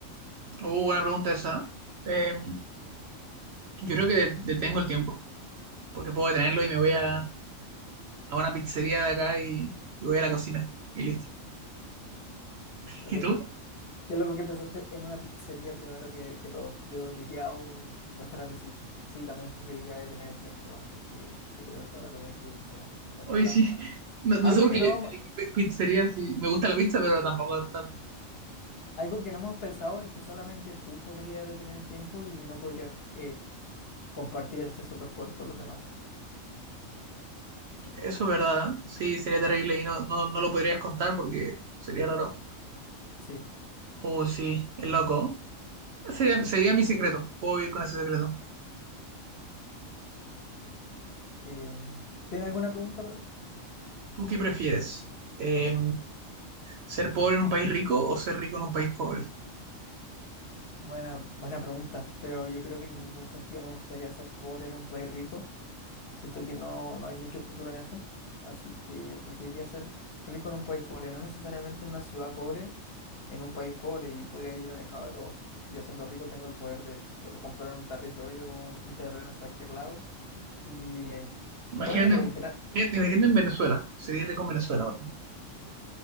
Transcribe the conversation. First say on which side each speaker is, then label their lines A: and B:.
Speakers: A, on the right; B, on the left.
A: Uh, buena pregunta esa. Eh, yo creo que de- detengo el tiempo, porque puedo detenerlo y me voy a, a una pizzería de acá y, y voy a la cocina y listo.
B: <laughs>
A: ¿Y tú?
B: Qué loco que pensaste en una pizzería primero que, que todo. Yo dormiría a un restaurante de sushi. Sí, también preferiría detener el tiempo antes que, que tener toda la comida que yo quisiera en cualquier
A: Hoy
B: lado.
A: sí. No, no
B: Algo
A: sé por
B: que
A: qué
B: no,
A: elegí pi- pizzería, sí. Me gusta la pizza, pero tampoco tanto.
B: algo que no hemos pensado es que solamente tú podrías detener el tiempo y no podrías eh, compartir este superpoder con los demás.
A: Eso es verdad. Sí, sería terrible y no, no, no lo podrías contar porque sería raro.
B: Sí.
A: Oh, sí, es loco. Sería, sería mi secreto. Puedo ir con ese secreto.
B: Em, ¿tiene alguna pregunta para mí?
A: ¿Tú qué prefieres? Eh, ¿ser pobre en un país rico o ser rico en un país pobre?
B: Buena, buena pregunta, pero yo creo que en ningún sentido me gustaría ser pobre en un país rico. Siento que no, no hay mucho futuro en eso, así que preferiría ser rico en un país pobre, no necesariamente en una ciudad pobre, en un país pobre y podría vivir alejado de todo. Ya siendo rico tengo el poder de poder comprar un territorio, un terreno en cualquier lado y viviría ahí.
A: Imagínate,
B: Con el gran...
A: imagínate en Venezuela. Sería rico en Venezuela, por ejemplo.